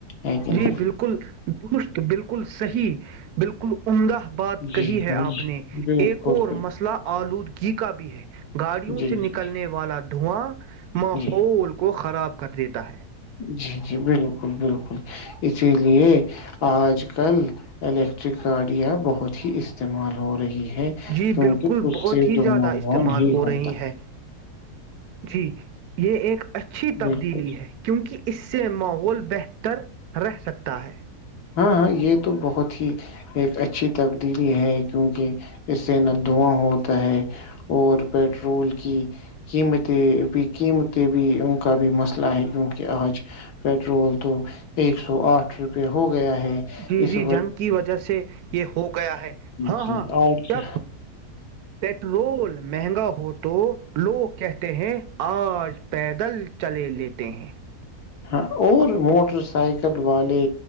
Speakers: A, on the left; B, on the right.
A: ہے کہ نہیں
B: جی بالکل درست بالکل صحیح بالکل عمدہ بات
A: جی
B: کہی
A: جی
B: ہے آپ نے
A: بالکل
B: ایک اور مسئلہ آلودگ کی کی کا بھی ہے گاڑیوں
A: جی
B: سے
A: جی
B: نکلنے والا دھواں ماحول
A: جی
B: کو خراب کر دیتا ہے
A: جی جی بالکل بالکل اسی لیے آج کل الیکٹرک گاڑیاں بہت ہی استعمال ہو رہی ہے
B: جی
A: کیونکہ
B: بالکل
A: اس
B: بہت
A: سے
B: ہی
A: دونوں
B: زیادہ استعمال
A: نہیں
B: ہو
A: ہوتا
B: رہی ہے جی یہ ایک اچھی تبدیلی
A: بالکل
B: ہے کیونکہ اس سے ماحول <inaudible> ر رہ سکتا ہے
A: ہاں ہاں یہ تو بہت ہی ایک اچھی تبدیلی ہے کیونکہ اس سے نہ دھواں ہوتا ہے اور پٹرول کی قیمتیں بھی قیمتیں بھی ان کا بھی مسئلہ ہے کیوںکہ آج پٹرول تو ایک سو آٹھ روپے ہو گیا ہے
B: جی
A: اس
B: جی جنگ کی وجہ سے یہ ہو گیا ہے ہاں
A: ج
B: ہاں
A: اکے
B: جب پیٹرول مہنگا ہو تو لوگ کہتے ہیں آج پیدل چلے لیتے ہیں
A: ہاں اور موٹر سائیکل والے